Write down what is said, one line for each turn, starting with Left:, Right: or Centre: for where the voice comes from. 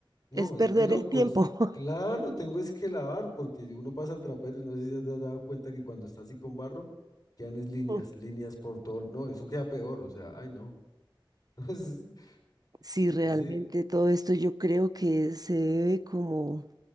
Left: No,
Right: Es perder
Left: es de locos.
Right: el tiempo.
Left: Claro, tengo es que lavar porque uno pasa al trapero y no sé si te has dado cuenta que cuando está así con barro, quedan es líneas,
Right: <laughs>
Left: líneas por todo. No, eso queda peor, o sea, ay no. <laughs>
Right: Sí, realmente
Left: Ese,
Right: todo esto yo creo que se debe como,